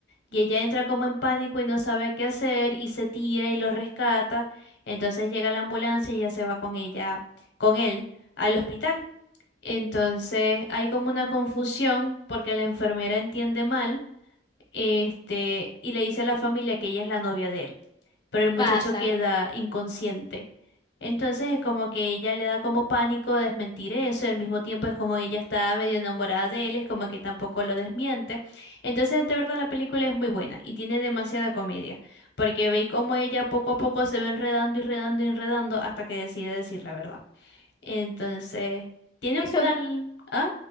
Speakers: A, on the left; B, on the left.
A: Y ella entra como en pánico y no sabe qué hacer y se tira y lo rescata. Entonces llega la ambulancia y ya se va con ella, con él, al hospital. Entonces hay como una confusión porque la enfermera entiende mal, este, y le dice a la familia que ella es la novia de él, pero el muchacho
B: Pasa.
A: queda inconsciente. Entonces es como que ella le da como pánico desmentir eso, y al mismo tiempo es como ella está medio enamorada de él, es como que tampoco lo desmiente. Entonces de verdad la película es muy buena y tiene demasiada comedia, porque ve cómo ella poco a poco se va enredando y enredando y enredando hasta que decide decir la verdad. Entonces, tiene
B: Si
A: un final.
B: sup-
A: ¿Ah?